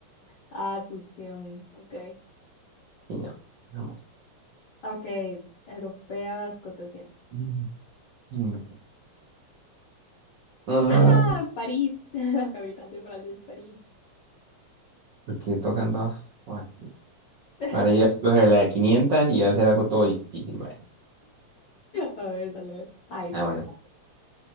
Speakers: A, on the left; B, on the right.
A: Asunción, ok.
B: Sí, no, nada más.
A: Ah, Ok, europeas 400.
B: Mm, no. Ah,
A: Ah, París, <laughs> la capital de Francia es París.
B: ¿Por qué tocan todas fácil?
A: <laughs>
B: Ahora yo voy a escoger la de 500 y va a hacer algo todo difícil, ¿vale?
A: A ver, dale. Ay,
B: Ah,
A: súper
B: bueno,
A: fácil.